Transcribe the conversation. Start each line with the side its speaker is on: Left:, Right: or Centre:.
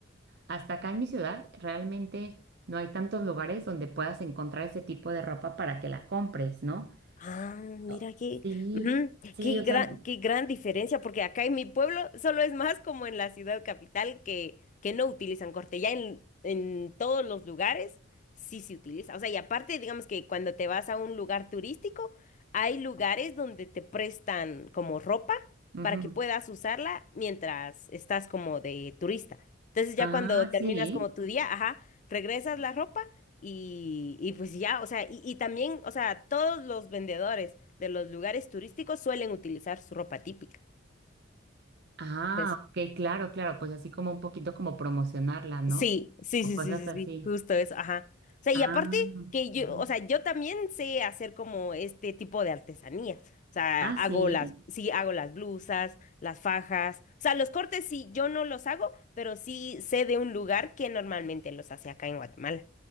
Right: hasta acá en mi ciudad, realmente no hay tantos lugares donde puedas encontrar ese tipo de ropa para que la compres, ¿no?
Left: Ah, mira
Right: Oh,
Left: qué,
Right: Sí,
Left: ujú,
Right: sí,
Left: qué
Right: o
Left: gran,
Right: sea,
Left: qué gran diferencia, porque acá en mi pueblo solo es más como en la ciudad capital que, que no utilizan corte. Ya en, en todos los lugares sí se utiliza. O sea, y aparte, digamos que cuando te vas a un lugar turístico, hay lugares donde te prestan como ropa
Right: ujú.
Left: para que puedas usarla mientras estás como de turista. Entonces ya
Right: Ah,
Left: cuando terminas
Right: sí.
Left: como tu día, ajá, regresas la ropa y, y pues ya, o sea, y, y también, o sea, todos los vendedores de los lugares turísticos suelen utilizar su ropa típica.
Right: Ah,
Left: Entonces,
Right: ok, claro, claro, pues así como un poquito como promocionarla, ¿no?
Left: sí, sí,
Right: O
Left: sí,
Right: cosas
Left: sí, sí,
Right: así.
Left: sí, justo eso, ajá. O sea, y
Right: Ah,
Left: aparte que yo,
Right: ujú.
Left: o sea, yo también sé hacer como este tipo de artesanías. O sea,
Right: Ah,
Left: hago
Right: sí.
Left: las, sí, hago las blusas, las fajas. O sea, los cortes sí, yo no los hago, pero sí sé de un lugar que normalmente los hace acá en Guatemala.